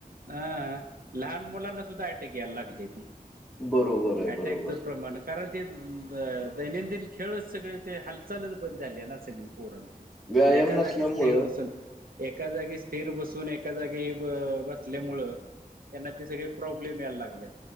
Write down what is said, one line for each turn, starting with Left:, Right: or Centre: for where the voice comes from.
Right: हा लहान मुलांना सुद्धा अटेक यायला लागली ती
Centre: बरोबर आहे
Right: अटॅकच
Centre: बरोबर
Right: प्रमाण कारण ते दैनंदिन खेळच सगळे ते हालचालच बंद झाली आहे ना सगळी पोरांची
Centre: व्यायाम
Right: एका जागी
Centre: नसल्यामुळं
Right: स्थिर बसून एका जागी स्थिर बसून एका जागी बसल्यामुळं त्यांना ते सगळे प्रॉब्लेम यायला लागलेत